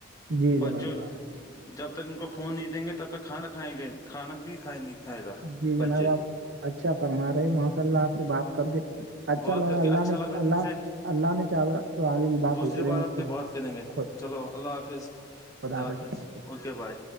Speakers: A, on the right; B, on the left.
A: جی جناب
B: بچوں جب تک ان کو فون نہیں دیں گے تب تک کھانا کھائیں گ کھانا بھی کھائے نہیں کھائے گا
A: جی
B: بچے
A: جناب آپ اچھا فرما رہے ماشاء اللہ آپ سے بات کر کے اچھا
B: بات
A: اللہگا
B: کر
A: اللہ
B: کے اچھا
A: نے
B: لگا
A: اللہ
B: تم سے
A: اللہ نے چاہا تو آگے بھی بات
B: دوسری
A: ہوتی رہے
B: بار
A: ہیں
B: آپ
A: خود
B: کے بات کریں گے
A: خود
B: چلو اللہ حافظ
A: با
B: خدا
A: آ
B: حافظ
A: س بائی
B: اوکے بائے